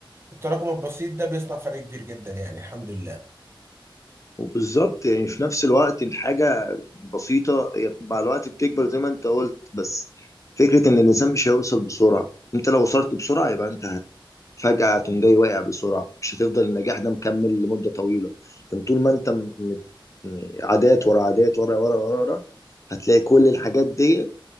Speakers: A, on the right; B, on the left.
A: التراكم البسيط ده بيصنع فرق كبير جدا يعني الحمد لله
B: وبالظبط يعني في نفس الوقت الحاجه بسيطه هي مع الوقت بتكبر زي ما انت قلت بس فكره ان الانسان مش هيوصل بسرعه انت لو وصلت بسرعه يبقى انت فجأة تقوم جاي واقع بسرعة مش هتفضل النجاح ده مكمل لمدة طويلة لكن طول ما انت م- م- عادات ورا عادات ورا ورا ورا ورا هتلاقي كل الحاجات ديت